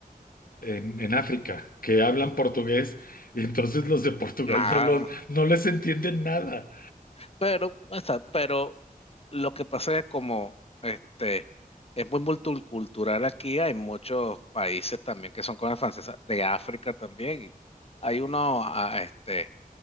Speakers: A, on the left (about 70°); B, on the left (about 40°).
A: en, en África que hablan portugués y entonces los de Portugal
B: Nada.
A: no, los, no les entienden nada.
B: Pero, exacto, pero lo que pasa es como este es muy multicultural aquí, hay muchos países también que son colonias francesas, de África también. y Hay uno a- este